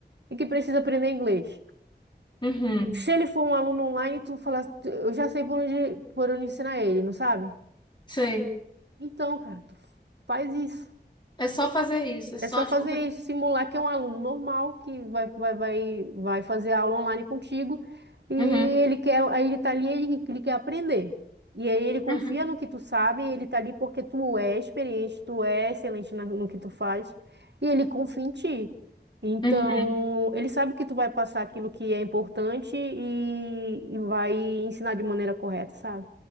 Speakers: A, on the right (about 70°); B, on the left (about 25°).
A: e que precisa aprender inglês.
B: Uhum,
A: Se ele for um aluno online, tu fala, eu já sei por onde, por onde ensinar ele, não sabe?
B: sei.
A: Então, cara, tu faz isso.
B: É só fazer isso, é só
A: É só fazer
B: tipo.
A: isso, simular que é um aluno normal que vai, vai, vai, vai fazer aula online contigo e ele
B: Uhum,
A: quer, aí ele tá ali, ele, ele quer aprender. E aí ele confia
B: uhum,
A: no que tu sabe, e ele tá ali porque tu é experiente, tu é excelente na- no que tu faz e ele confia em ti. Então,
B: uhum.
A: ele sabe que tu vai passar aquilo que é importante e, e vai ensinar de maneira correta, sabe?